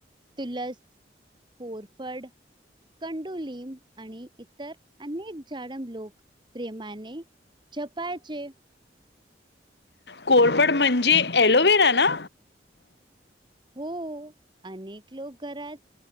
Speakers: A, on the right (about 25°); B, on the left (about 65°).
A: तुलस, कोरफड कंडुलीम आणि इतर अनेक जाडम् लोक प्रेमाने जपायचे.
B: कोरफड म्हणजे एलोवेरा ना?
A: हो, ओ, अनेक लोक घरात